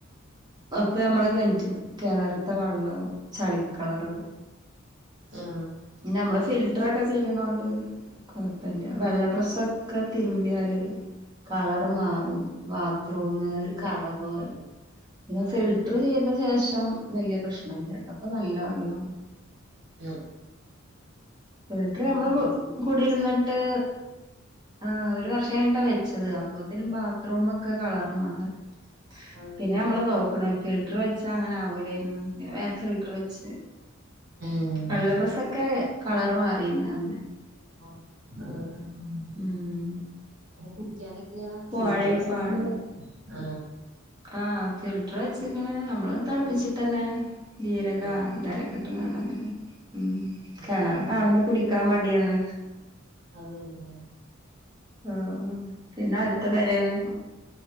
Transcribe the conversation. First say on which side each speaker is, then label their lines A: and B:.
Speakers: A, on the right (about 20°); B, on the right (about 60°).
A: അപ്പൊ അമ്മളെ കേനറ്റ്ത്തെ കെണറ്ത്തെ വള്ളം ചളിക്കളറാവും.
B: ആഹ്.
A: ഞമ്മള് ഫിൽട്ട്റൊക്കെ ചെയ്യ്ണോ ഉം കൊയ്പ്പല്ല. വെള്ള ഡ്രസ്സൊക്കെ തിര്മ്പിയാല് കളർ മാറും ബാത്റൂമ് ഒരു കറ പോലെ പിന്നെ
B: അതെ
A: ഫിൽ ട്ടർ ചെയ്ത ശേഷം വലിയ പ്രശ്നല്ലട്ടോ പ്പൊ നല്ല വള്ളം
B: ആ
A: ഫിൽട്ടർ നമ്മള്
B: ഫിൽറ്റർ
A: കൂടിരുന്നിട്ട്
B: വെച്ചാ നല്ലത്
A: ആഹ് ഒരു വർഷം കഴിഞ്ഞിട്ടാ വെച്ചത് അപ്പത്തിനും ബാത്റൂമൊക്കെ കളർ മാറി
B: അതല്ലേ
A: പിന്നെ നമ്മള് നോക്ക്ണ് ഫിൽട്ടർ വെച്ചാ അങ്ങനെ ആവൂലായിരുന്നു പിന്നെ വേം ഫിൽട്ടർ വെച്ച്
B: ഉം
A: വെള്ള ഡ്രസ്സൊക്കെ കളർ മാറിന്ന് അന്ന്
B: ആ ആ ഉം <unintelligible>
A: ഉം
B: അപ്പ കുടിക്കാനൊക്കെയാ ഫിൽട്ടർ
A: പൊഴേം
B: വെച്ച്
A: പാടോം
B: <unintelligible> ആ
A: ആഹ് ഫിൽട്ടർ വെച്ച്ക്കണ് നമ്മള് തളപ്പിച്ചിട്ടെന്നെ ജീരക
B: അത്
A: ങ്ങനീ മം കെണറ്
B: തന്നെ
A: കാണുമ്പം കുടിക്കാൻ മടിയാണ്
B: അത്തന്നെ ലെ
A: ആഹ് ആഹ് പിന്നെ അടുത്ത
B: പെയ്താ
A: പെരേന്ന്